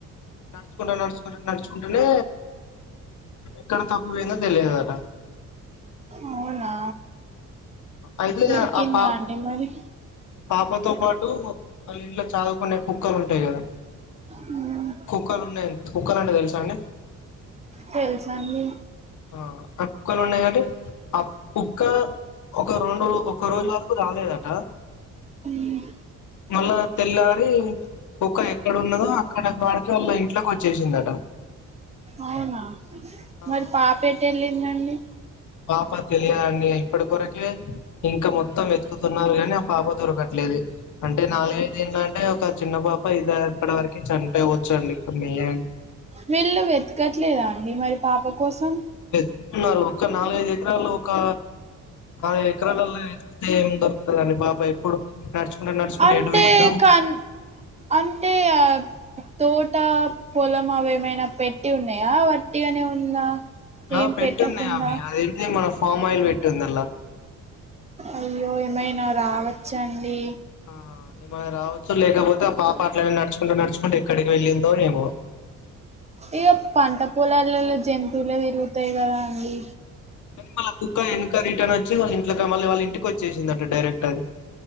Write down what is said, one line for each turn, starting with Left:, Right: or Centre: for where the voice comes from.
Left: నడుచుకుంటా నడుచుకుంటా నడుచుకుంటేనే ఎక్కడ తప్పు పోయిందో తెలియదట
Right: అవునా
Left: అయితే
Right: దొరికిందా
Left: ఇగ ఆ పాప
Right: అండి మరి
Left: పాపతో పాటు వాళ్ళ ఇంట్లో ఛాదు కునే కుక్కలు ఉంటాయి కదా
Right: మ్మ్
Left: కుక్కలు ఉన్నాయి కుక్కలు అంటే తెలుసా అండి
Right: తెలుసండి
Left: ఆ కుక్కలు ఉన్నాయి కదండీ ఆ కుక్క ఒక రొండూ ఒక్కొక్క రోజు వర్కు రాలేదట
Right: మ్మ్
Left: మళ్ళా తెల్లారీ ఒక్క ఎక్కడున్నదో అక్కడ వాడికి వాళ్ళ ఇంట్లోకి వచ్చేసిందట
Right: ఔనా
Left: ఆ
Right: మరి పాపెటెళ్ళిందండి
Left: పాప తెలియదండి ఇప్పడి కొరకే ఇంక మొత్తం వెతుకుతున్నారు గానీ ఆ పాప దొరకట్లేదు అంటే నాలుగైదు ఏళ్ళంటే ఒక చిన్న పాప ఇద ఇప్పడివరకే చనిపోవచ్చు అండి ఇప్పుడ్ మిల్యాన్
Right: వీళ్ళు వెతకట్లేదా అండి మరి పాప కోసం
Left: వెతుకున్నారు కాన్ నాలుగైదు ఎకరాలు ఒకా ఆ ఎకరాలల్లో ఎతుకుతే ఏం దొరుకుతదండి పాప ఎప్పుడు నడుచుకుంట నడుచుకుంట
Right: అంటే
Left: ఎటు బోయిందో
Right: కన్ అంటే ఆబ్ తోటా పొలం అవేమైన పెట్టి ఉన్నయా వట్టిగనే ఉందా
Left: ఆ
Right: ఏం
Left: పెట్టున్నాయ్
Right: పెట్టకుండా
Left: అవీ అదేంది మన ఫామ్ ఆయిల్ పెట్టుందల్లా
Right: అయ్యో ఏమైనా రావచ్చండీ
Left: ఉమ్ ఏమన్న రావచ్చు లేకపోతే ఆ పాప అట్లనే నడుచుకుంట నడుచుకుంట ఎక్కడికి వెళ్ళిందో ఏమో
Right: ఇయ్యో పంట పొలాల్లో జంతువులే దిరుగుతాయ్ గదా అండి
Left: క కుక్క ఎక రిర్న్ వచ్చి వాళ్ళ ఇంట్కి మళ్ళ వాళ్ళ ఇంటికిచ్చసిందట డైరెక్ట్ అది